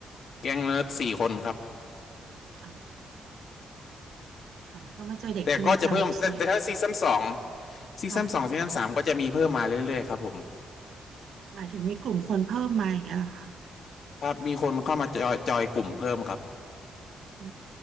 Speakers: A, on the left (about 60°); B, on the right (about 70°).
A: แก๊งเนิร์ดสี่คนครับ
B: อ๋อค่ะแล้วก็มาเจอเด็กที่มีพลังพิเศษค่ะ
A: แต่ก็จะเพิ่มแต่แต่ถ้าซีซั่นสองซีซั่นสองซีซั่นสามก็จะมีเพิ่มมาเรื่อยๆครับผม
B: ค่ะหมายถึงมีกลุ่มคนเพิ่มมาอย่างเงี้ยเหรอคะ
A: ครับมีคนเข้ามาจอยจอยกลุ่มเพิ่มครับ
B: อื